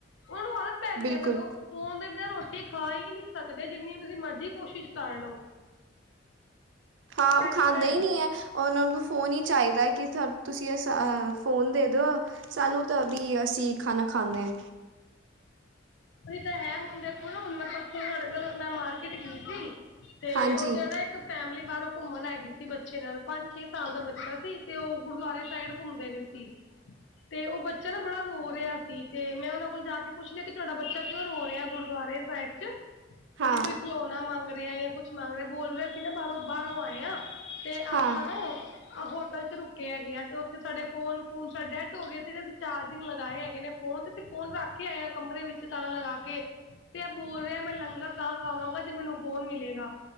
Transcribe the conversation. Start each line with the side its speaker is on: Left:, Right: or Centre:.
Left: ਉਨਾਂ ਨੂੰ ਆਦਤ ਪੈ ਗਈ
Right: ਬਿਲਕੁਲ
Left: ਆ ਫੇਰ ਓ ਫੋਨ ਦਿੰਦੇ ਆ ਰੋਟੀ ਖਾ ਈ ਨੀ ਸਕਦੇ ਜਿੰਨੀ ਤੁਸੀਂ ਮਰਜ਼ੀ ਕੋਸ਼ਿਸ਼ ਕਰ ਲੋ।
Right: ਹਾਂ ਓ
Left: ਇਹੀ
Right: ਖਾਂਦੇ
Left: ਮੈਂ ਉਹੀ
Right: ਈ ਨਈ ਐ ਉਨਾਂ ਨੂੰ ਫੋਨ ਈ ਚਾਈਦਾ ਏ ਕਿ ਤੁਸੀਂ ਅਸ ਅ ਫ਼ੋਨ ਦੇ ਦੋ ਸਾਨੂੰ ਤਾਂ ਵੀ ਅਸੀਂ ਖਾਣਾ ਖਾਂਨੇ ਐ।
Left: ਉਹੀ ਤਾਂ ਹੈ ਹੁਣ ਦੇਖੋ ਨਾ ਹੁਣ ਮੈਂ ਪਰਸੋਂ ਤੁਹਾਡੇ ਏਧਰ ਮੈਂ ਮਾਰਕੀਟ ਗੀ ਸੀ ਤੇ
Right: ਹਾਂਜੀ
Left: ਓ ਦੇਣਾ ਇਕ ਫੈਮਲੀ ਬਾਰੋਂ ਘੁੰਮਣ ਆਈ ਗੀ ਸੀ ਬੱਚੇ ਨਾਲ ਪੰਜ-ਛੇ ਸਾਲ ਦਾ ਬੱਚਾ ਸੀ ਤੇ ਓ ਗੁਰਦੁਆਰੇ ਸਾਈਡ ਘੁੰਮਦੇ ਰੇ ਸੀ ਤੇ ਓ ਬੱਚਾ ਨਾ ਬੜਾ ਰੋ ਰੇਆ ਸੀ ਤੇ ਮੈਂ ਉਨਾਂ ਕੋਲ ਜਾ ਕੇ ਪੁੱਛ ਲਿਆ ਕਿ ਤੁਹਾਡਾ ਬੱਚਾ ਕਿਉਂ ਰੋ ਰੇਆ ਗੁਰਦੁਆਰੇ ਸਾਇਬ ਚ,
Right: ਹਾਂ
Left: ਕੀ ਕੋਈ ਖਿਲੋ ਣਾ ਮੰਗ ਰੇਆ ਜਾਂ ਕੁਛ ਮੰਗ ਰੇਆ ਬੋਲ ਰੇਆ ਸੀ ਨਾ ਬਾਰੋਂ, ਬਾਰੋਂ ਆਏ ਆ ਤੇ
Right: ਹਾਂ
Left: ਆਪਾਂ ਨਾ ਆ ਹੋਟਲ' ਚ ਰੁਕੇ ਹੈਗੇ ਆ ਤੇ ਉੱਥੇ ਸਾਡੇ ਫੋਨ ਫੂਨ ਸਾ ਡੈੱਡ ਹੋਗੇ ਅਸੀਂ ਜੇੜੇ ਅਸੀਂ ਚਾਰਜਿੰਗ ਲਗਾਏ ਹੈਗੇ ਨੇ ਫ਼ੋਨ ਤੇ ਅਸੀਂ ਫ਼ੋਨ ਰੱਖ ਕੇ ਆਏ ਆ ਕਮਰੇ ਵਿੱਚ ਤਾਲਾਂ ਲਗਾ ਕੇ ਤੇ ਐ ਬੋਲ ਰੇਆ ਮੈਂ ਲੰਗਰ ਤਾਂ ਖਾਵਾਂਗਾ ਜੇ ਮੈਨੂੰ ਫ਼ੋਨ ਮਿਲੇਗਾ।